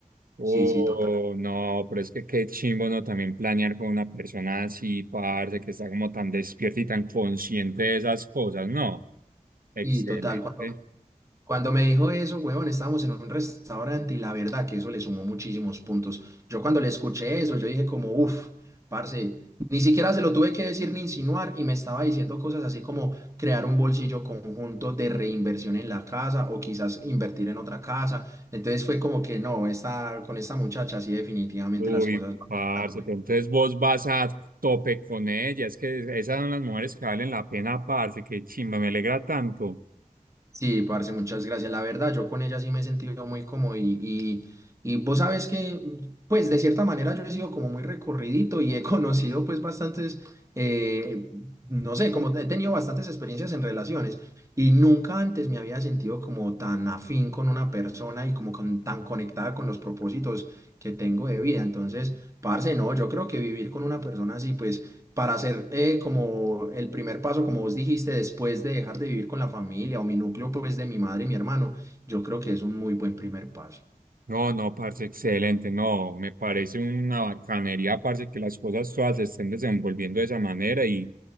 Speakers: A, on the right (about 85°); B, on the right (about 20°).
A: Oh,
B: Sí, sí, total.
A: no, pero es que qué chimbo, ¿no? También planear con una persona así, parce, que está como tan despierta y tan consciente de esas cosas, ¿no? Excelente.
B: Y total, cuando Cuando me dijo eso, huevón, estábamos en un restaurante y la verdad que eso le sumó muchísimos puntos. Yo cuando le escuché eso, yo dije como, uff, parce, ni siquiera se lo tuve que decir ni insinuar y me estaba diciendo cosas así como crear un bolsillo conjunto de reinversión en la casa o quizás invertir en otra casa. Entonces fue como que no, esta, con esta muchacha sí definitivamente
A: Uy,
B: las cosas van
A: parce,
B: andando muy
A: pero
B: bien.
A: entonces vos vas a tope con ella, es que esas son las mujeres que valen la pena, parce, qué chimba, me alegra tanto.
B: Sí, parce, muchas gracias. La verdad, yo con ella sí me he sentido muy cómodo y, y, y vos sabes que, pues de cierta manera yo he sido como muy recorridito y he <laughs> conocido pues bastantes, eh, no sé, como he tenido bastantes experiencias en relaciones y nunca antes me había sentido como tan afín con una persona y como con- tan conectada con los propósitos que tengo de vida. Entonces, parce, no, yo creo que vivir con una persona así, pues para hacer eh, como el primer paso, como vos dijiste, después de dejar de vivir con la familia o mi núcleo, pues de mi madre y mi hermano, yo creo que es un muy buen primer paso.
A: No, no, parce, excelente. No, me parece una bacanería, parce, que las cosas todas se estén desenvolviendo de esa manera y,